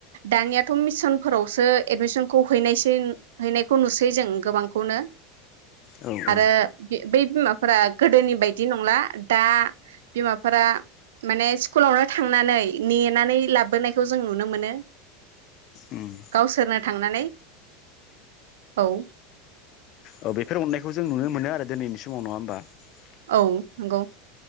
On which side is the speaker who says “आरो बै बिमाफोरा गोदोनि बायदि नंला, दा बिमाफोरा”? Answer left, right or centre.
Right